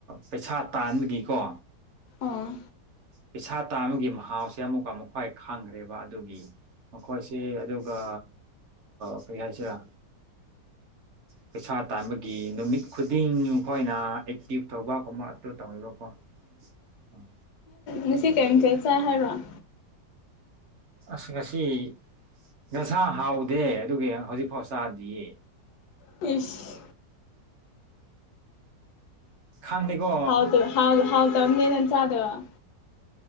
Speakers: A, on the right; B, on the left.
A: ꯄꯩꯁꯥ ꯇꯥꯟꯕꯒꯤꯀꯣ
B: ꯑꯥ
A: ꯄꯩꯁꯥ ꯇꯥ ꯑꯃꯒꯤꯒꯤ ꯃꯍꯥꯎꯁꯦ ꯑꯃꯨꯛꯀ ꯑꯃꯨꯛ ꯈ꯭ꯋꯥꯏ ꯈꯥꯡꯈ꯭ꯔꯦꯕ ꯑꯗꯨꯒꯤ ꯃꯈꯣꯏꯁꯤ ꯑꯗꯨꯒ ꯀꯔꯤ ꯍꯥꯏꯁꯤꯔꯥ ꯄꯩꯁꯥ ꯇꯥꯟꯕꯒꯤ ꯅꯨꯃꯤꯠ ꯈꯨꯗꯤꯡ ꯃꯈꯣꯏꯅ ꯑꯦꯛꯇꯤꯚ ꯇꯧꯕ ꯀꯨꯝꯕ ꯑꯗꯨ ꯇꯧꯕꯀꯣ ꯑꯝ
B: ꯃꯁꯤꯁꯤ ꯀꯝ ꯆ ꯆ ꯍꯥꯏꯔ ꯋꯥ
A: ꯑꯁꯤꯁ ꯉꯁꯤ ꯉꯁꯥ ꯍꯥꯎꯗꯦ ꯑꯗꯨꯒꯤ ꯍꯧꯖꯤꯛꯐꯥꯎ ꯆꯥꯗꯤꯌꯦ
B: ꯄꯤꯁ
A: ꯈꯪꯗꯦꯀꯣ
B: ꯍꯥꯎꯗ ꯍꯥꯎ ꯍꯥꯎ ꯇꯗꯦꯅꯟꯁꯗꯕ